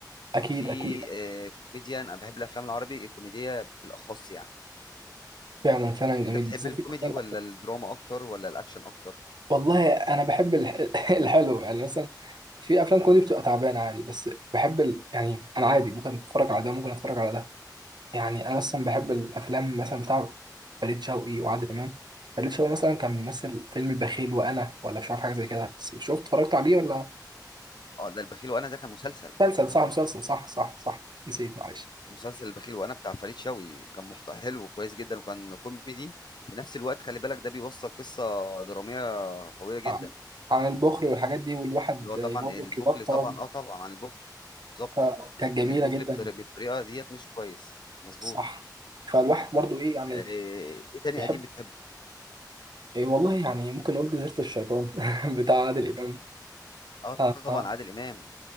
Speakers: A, on the right; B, on the left.
A: أكيد
B: وفي
A: أكيد
B: آه، كوميديا انا بحب الافلام العربي الكوميديه بالاخص يعني
A: فعلا فعلا جميل
B: انت بتحب
A: بالذات
B: الكوميدي
A: الكوميدي
B: ولا الدراما اكتر ولا الاكشن اكتر
A: والله أنا بحب الح- <laughs> الحلو يعني مثلا في أفلام كوميدي بتبقى تعبانة عادي بس بحب ال... يعني أنا عادي ممكن أتفرج على ده ممكن أتفرج على ده يعني انا اصلا بحب الافلام مثلا بتاع فريد شوقي وعادل امام فريد شوقي مثلا كان ممثل فيلم البخيل وانا ولا مش عارف حاجه زي كده بس شفت اتفرجت عليه ولا
B: اه ده البخيل وانا ده كان مسلسل
A: مسلسل صح مسلسل صح صح صح نسيت معلش
B: مسلسل البخيل وانا بتاع فريد شوقي كان محتوى حلو وكويس جدا وكان كوميدي في نفس الوقت خلي بالك ده بيوصل قصه دراميه قويه جدا
A: آه. عن البخل والحاجات دي والواحد
B: اللي هو طبعا
A: آه، برضه
B: البخل
A: يبطل
B: طبعا اه طبعا عن البخل بالظبط
A: فكانت
B: ان
A: جميله
B: البخل
A: جدا
B: بطر- بالطريقه ديت مش كويس مظبوط
A: صح فالواحد برضه ايه يعني
B: آه، ايه تاني
A: بيحب
B: قديم بتحبه
A: إيه والله يعني ممكن نقول جزيره الشيطان <laughs> بتاع عادل امام
B: اه
A: آه.
B: طبعا
A: آه.
B: عادل امام